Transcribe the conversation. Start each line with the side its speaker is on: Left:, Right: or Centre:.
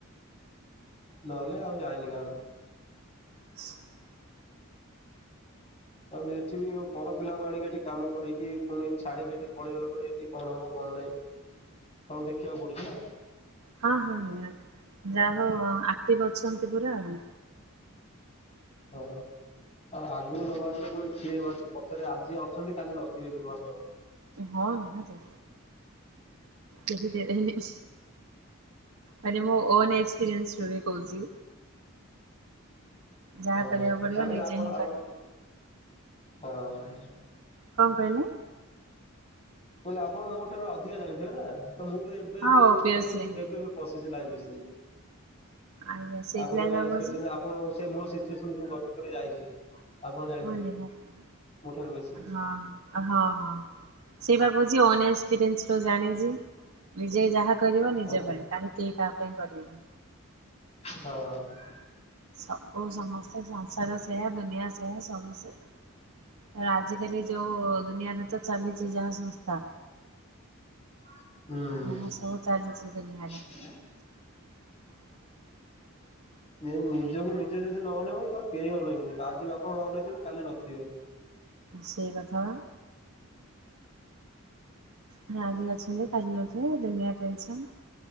Left: ନହେଲେ ଆଉ ଯାଇନି ଗାଁକୁ।
Right: <inaudible>
Left: ଆଉ ଏଠି ବି ମ <unintelligible> ପର ପିଲାଙ୍କୁ ଆଣିକି ଏଠି କାମ କରେଇକି ପୁଣି ଛାଡିକି ଏଠି ପଳେଇଗଲା ପରେ ଏଠି କଣ ହବ କଣ ନାଇ। ସବୁ ଦେଖିବାକୁ ପଡୁଛି ନା।
Right: ହଁ ହଁ ନିହାତି ଯା ହଉ ଆକ୍ଟିଭ ଅଛନ୍ତି ପୁରା ଆଉ।
Left: ହଁ। ଆଗକୁ ନ ଭାବିଲେ ପୁଣି କିଏ ପଛରେ ଆଜି ଅଛନ୍ତି କାଲି ନଥିବେ ଘରଲୋକ।
Right: ହଁ ନିହାତି କେହି ଦେବେନି। ମାନେ ମୁଁ ଅନ୍ ଏକ୍ସପିରିଅନ୍ସ ରୁ ବି କହୁଛି। ଯାହା
Left: ହଁ
Right: କରିବାକୁ ପଡିବ
Left: ଯାହେଲେ
Right: ନିଜେ
Left: ଆପଣ
Right: ହିଁ
Left: ଆଉ
Right: କରିବାକୁ
Left: ହଁ
Right: କଣ କହିଲେ?
Left: କହିଲି ଆପଣ ମୋ ଠାରୁ ଅଧିକା ଜାଣିଥିବେ ନା ତ ମୁଁ ତ ଏବେ
Right: ହଁ
Left: ଏବେ
Right: ଓବିଅସଲି।
Left: ମାନେ ଏବେ ଏବେ ପଶିଛି <unintelligible>
Right: ଆଜ୍ଞା ସେଇଥିଲାଗି
Left: ଆପଣ ମ୍ୟାରେଜ
Right: ଆଉ କହୁଛି
Left: କରିଛନ୍ତି ଆପଣ ସେ ମୋ ସିଚୁଏସନ ସବୁ ଗତି କରି ଯାଇଛନ୍ତି ଆପଣ ଜାଣିଥିବେ
Right: ହଁ ନିହାତି।
Left: ମୋ ଠାରୁ ବେଶୀ।
Right: ହଁ ହଁ ହଁ ସେଇ ବା କହୁଛି ଅନ୍ ଏକ୍ସପିରିଏନ୍ସ ର ଜାଣିଛି ନିଜେ ଯାହା କରିବ ନିଜ
Left: ହଁ
Right: ପାଇଁ କାହିଁ କେ କାହା ପାଇଁ କରିବେନି
Left: ହଁ।
Right: ସବୁ ସମସ୍ତେ ସଂସାର ସେୟା ଦୁନିଆ ସେୟା ସବୁ ସେୟା। ଆଜିକାଲି ଯୋଉ ଦୁନିଆରେ ତ ଚାଲିଛି ଯାହା ସଂସ୍ଥା
Left: ହୁଁ।
Right: ଯାହା ସବୁ ଚାଲିଛି ଦୁନିଆରେ। <inaudible>
Left: ଏ ନିଜକୁ ନିଜେ ଯଦି ନ ଅନେଇବ ତ କେହି ଅନେଇବେନି ଆଜି ବାପା ମା ଅନେଇଛନ୍ତି କାଲି ନଥିବେ।
Right: ସେଇ କଥା ବା। ହଁ ଆଜି ଅଛନ୍ତି କାଲି ନଥିବେ ଦୁନିଆ ଟେନସନ।